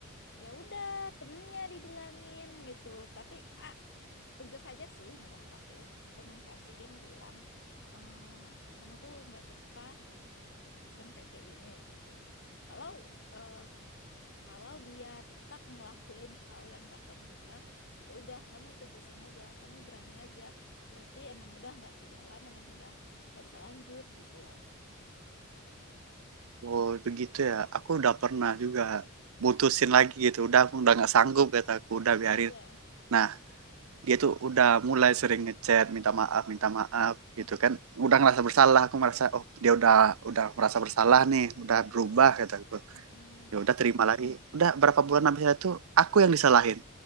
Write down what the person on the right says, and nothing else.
oh begitu ya aku udah pernah juga mutusin lagi gitu udah aku udah nggak sanggup kata aku udah biarin
nah dia tuh udah mulai sering ngechat minta maaf minta maaf gitu
kan udah ngerasa bersalah aku merasa oh dia udah udah merasa bersalah nih udah
berubah kata aku
ya udah terima lagi udah berapa bulan habis itu aku yang disalahin